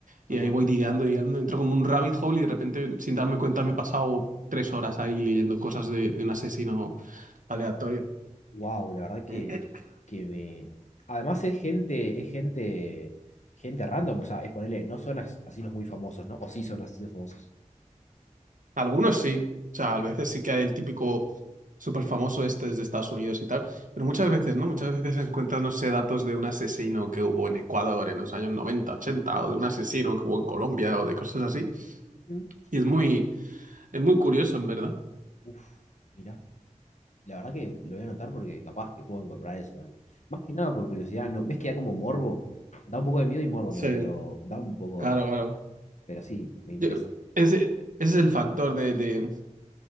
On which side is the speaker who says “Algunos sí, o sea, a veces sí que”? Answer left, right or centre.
Right